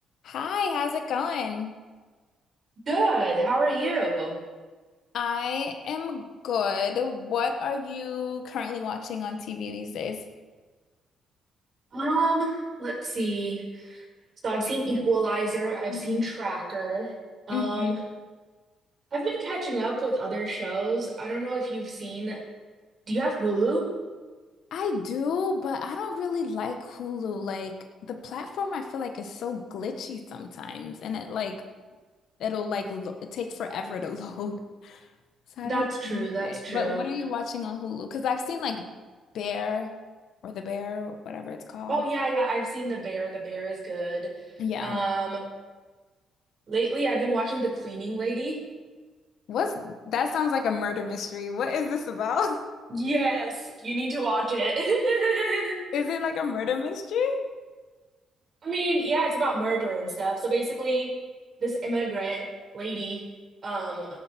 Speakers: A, on the left; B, on the right.
A: Hi, how's it going?
B: Good. How are you?
A: I am good. What are you currently watching on TV these days?
B: Um, let's see. So I've seen Equalizer, I've
A: Mhm,
B: seen Tracker. Um,
A: mhm.
B: I've been catching up with other shows. I don't know if you've seen. Do you have Hulu?
A: I do, but I don't really like Hulu. Like the platform I feel like is so glitchy sometimes and it like it'll like lo it take forever to <laughs> load. So
B: That's
A: I don't
B: true,
A: really use
B: that's
A: it.
B: true.
A: But what are you watching on Hulu? Because I've seen like Bear or The Bear, whatever it's called.
B: Oh yeah, yeah, I've seen The Bear. The Bear is good.
A: Yeah.
B: Um, lately I've been watching The Cleaning Lady.
A: What's that sounds like a murder mystery. What is this about? <laughs>
B: Yes, you need to watch it. <laughs>
A: Is it like a murder mystery?
B: I mean, yeah, it's about murder and stuff. So basically, this immigrant lady, um,